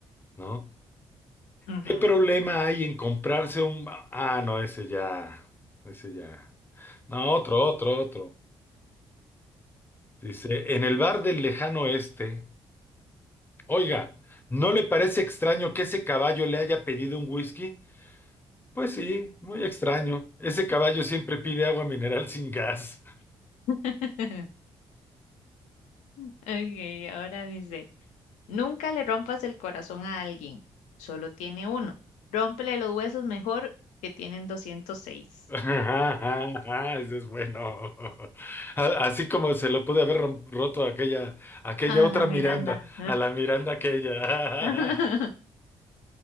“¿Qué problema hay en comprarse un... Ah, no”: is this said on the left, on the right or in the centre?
Left